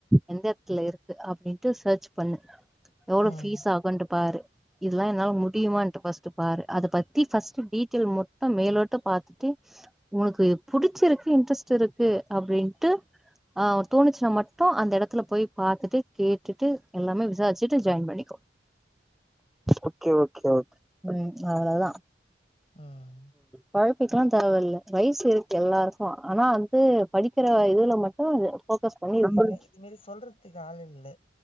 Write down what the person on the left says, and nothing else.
ம்
ம்
இல்ல
இது மாரி சொல்றதுக்கு ஆள் இல்ல